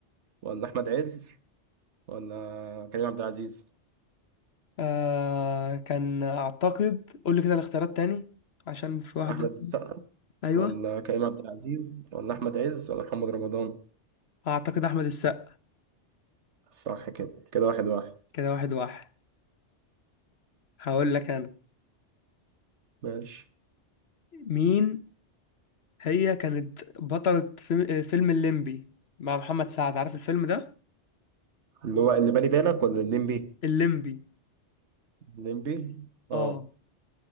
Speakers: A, on the right; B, on the left.
A: ولا أحمد عز ولا كريم عبد العزيز
B: آه كان اعتقد قول لي كده الاختيارات تاني عشان في واحد
A: أحمد السقا
B: ايوه
A: ولا كريم عبد العزيز ولا أحمد عز ولا محمد رمضان
B: اعتقد احمد السقا
A: صح كده كده واحد واحد
B: كده واحد واحد هقول لك انا
A: ماشي
B: مين هي كانت بطلة في- فيلم الليمبي مع محمد سعد عارف الفيلم ده
A: اللي هو اللي بالي بالك ولا الليمبي
B: الليمبي
A: نمبي اه
B: اه